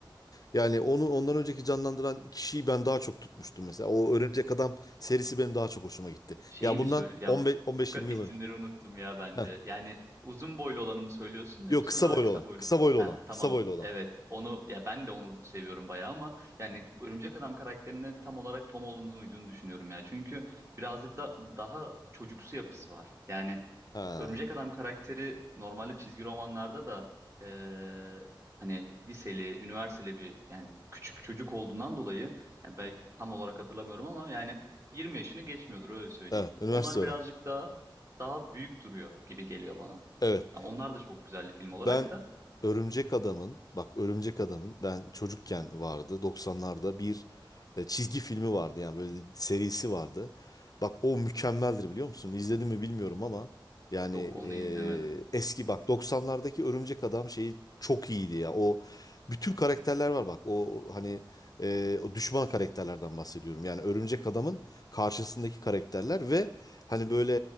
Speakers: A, on the left; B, on the right.
A: yani onu ondan önceki canlandıran kişiyi ben daha çok tutmuştum mesela. O Örümcek Adam serisi benim daha çok hoşuma gitti.
B: Şeyi
A: Ya
B: mi
A: bundan
B: söyle ya
A: 15 15-20
B: o kadar isimleri
A: yıl önce.
B: unuttum ya ben
A: Heh.
B: de. Yani uzun boylu olanı mı söylüyorsun yoksa
A: Yok kısa
B: daha
A: boylu
B: kısa
A: olan.
B: boylu?
A: Kısa boylu
B: Heh,
A: olan.
B: tamam.
A: Kısa boylu olan.
B: Evet. Onu ya ben de onu seviyorum bayağı ama yani Örümcek Adam karakterine tam olarak Tom Holland'ın uyduğunu düşünüyorum ya. Çünkü birazcık da daha çocuksu yapısı var. Yani
A: Ha.
B: Örümcek Adam karakteri normalde çizgi romanlarda da eee, hani liseli, üniversiteli bir yani küçük çocuk olduğundan dolayı yani belki tam olarak hatırlamıyorum ama yani 20 yaşını geçmiyordur öyle söyleyeyim.
A: Evet, üniversite
B: Onlar
A: öğren.
B: birazcık daha daha büyük duruyor gibi geliyor bana.
A: Evet.
B: Yani onlar da çok güzel bir film
A: Ben
B: olarak da
A: Örümcek Adam'ın, bak Örümcek Adam'ın ben çocukken vardı 90'larda bir e, çizgi filmi vardı yani böyle serisi vardı. Bak o mükemmeldir biliyor musun? İzledim mi bilmiyorum ama yani
B: yok onu
A: e,
B: izlemedim.
A: eski bak 90'lardaki Örümcek Adam şeyi çok iyiydi ya. O bütün karakterler var bak. O hani e, o düşman karakterlerden bahsediyorum. Yani Örümcek Adam'ın karşısındaki karakterler ve hani böyle